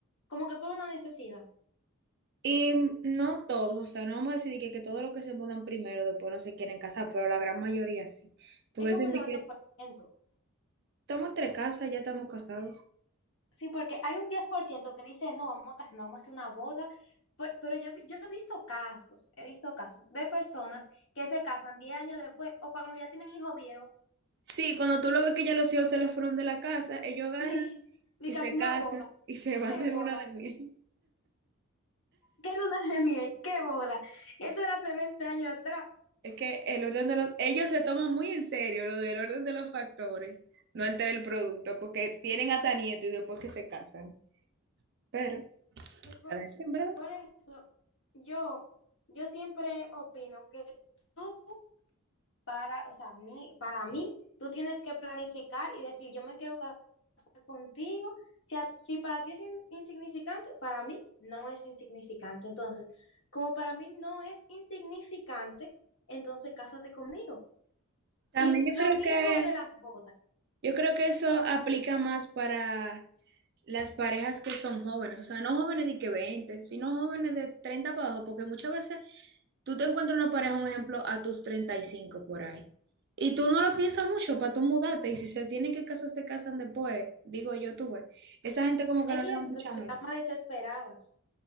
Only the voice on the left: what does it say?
como que por una necesidad.
Es como
el
noventa
por ciento
Sí, porque hay un 10% que dice, no, vamos a casarnos, vamos a hacer una boda, Pe- pero, yo, vi- yo he visto casos, he visto casos de personas que se casan 10 años después o cuando ya tienen hijos viejos.
<laughs> Sí,
de
que
hace una
boda,
qué
boda,
qué luna de miel, qué boda. Eso era hace veinte años atrás.
El Por,
por eso yo, yo siempre opino que tú para, o sea, mí, para mí, tú tienes que planificar y decir, yo me quiero casar contigo. Si, a- si para ti es in- insignificante, para mí no es insignificante. Entonces, como para mí no es insignificante, entonces cásate conmigo.
Y
lo
mismo
de las bodas.
Es
que
yo siento
que estamos desesperadas,